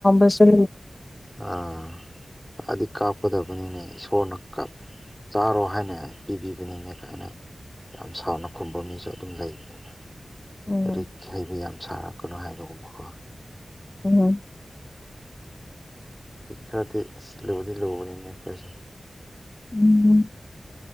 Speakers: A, on the left; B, in the centre.
A: ꯑꯁ
B: ꯑꯥ ꯏꯁꯥꯗꯤ ꯀꯥꯞꯀꯗꯕꯅꯤꯅꯦ ꯏꯁꯣꯔꯅ ꯀꯥꯞ ꯆꯥꯔꯣ ꯍꯥꯏꯅ ꯄꯤꯕꯤꯕꯅꯤꯅꯦ ꯀꯥꯏꯅ ꯌꯥꯝ ꯁꯥꯎꯅ ꯈꯨꯝꯕ ꯃꯤꯁꯨ ꯑꯗꯨꯝ ꯂꯩꯕꯅꯤꯅ
A: ꯎꯝ
B: ꯂꯥꯏꯔꯤꯛ ꯍꯩꯕ ꯌꯥꯝ ꯁꯥꯔꯛꯀꯅꯣ ꯍꯥꯏꯕꯒꯨꯝꯕꯀꯣ
A: ꯎꯝ ꯍꯨꯝ
B: ꯄꯥꯗꯤ ꯂꯕꯗꯤ ꯂꯧꯕ ꯅ ꯀꯣꯏꯁꯦ
A: ꯎꯝ